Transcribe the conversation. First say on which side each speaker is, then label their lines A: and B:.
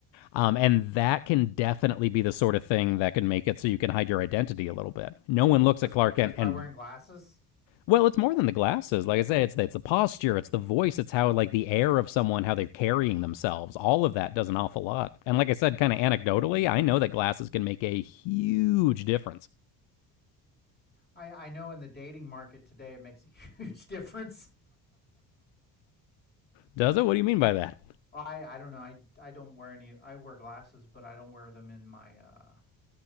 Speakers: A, on the left (about 70°); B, on the left (about 20°).
A: Um, and that can definitely be the sort of thing that can make it so you can hide your identity a little bit. No one looks
B: just
A: at Clark
B: by just
A: Kent
B: by
A: and
B: wearing glasses.
A: well, it's more than the glasses. Like
B: Yeah,
A: I said, it's it's the posture, it's the voice, it's how like the air of someone, how they're carrying themselves. All of that does an awful lot. And like I said, kind of anecdotally, I know that glasses can make a huge difference.
B: I I know in the dating market today it makes a <laughs> huge difference.
A: Does it? What do you mean by that?
B: Well, I I don't know. I I don't wear any. I wear glasses, but I don't wear them in my uh,